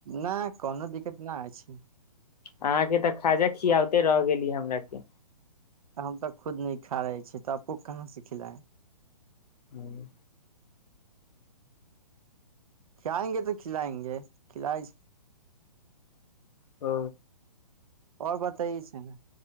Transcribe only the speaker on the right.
नहि कोनो दिक्कत नहि होइ छै
तऽ हम तऽ खुद नी खा रहे छी तऽ आपको कहाँ से खिलाए
खिलएंगे तऽ खिलाएंगे खिलइ
आओर बताय छै ने